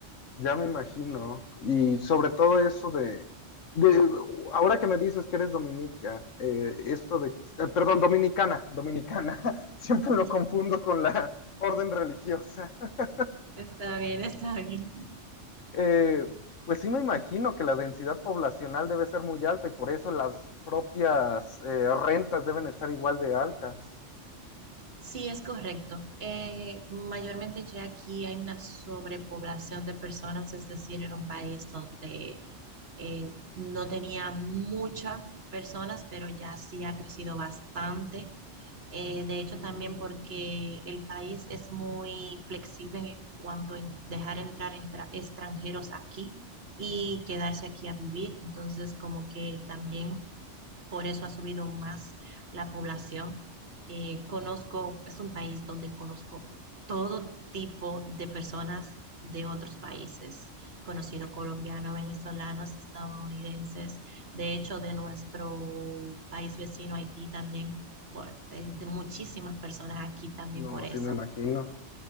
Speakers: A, on the left; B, on the right.
A: Ya me imagino. Y sobre todo eso de, de- ahora que me dices que eres dominica, eh, esto de, eh, perdón, dominicana, dominicana, <laughs> siempre
B: <laughs>
A: lo confundo con la orden religiosa. <laughs>
B: Está bien, está bien.
A: Eh, pues sí me imagino que la densidad poblacional debe ser muy alta y por eso las propias eh, rentas deben estar igual de altas.
B: Sí, es correcto. Eh, mayormente ya aquí hay una sobrepoblación de personas, es decir, era un país donde eh, no tenía muchas personas, pero ya sí ha crecido bastante Eh, de hecho, también porque el país es muy flexible en cuanto a dejar entrar entra- extranjeros aquí y quedarse aquí a vivir. Entonces, como que también por eso ha subido más la población. Eh, conozco, es un país donde conozco todo tipo de personas de otros países, conocido colombianos, venezolanos, estadounidenses, de hecho de nuestro país vecino Haití también, bueno, de, de muchísimas personas aquí también
A: No,
B: por eso.
A: sí me imagino.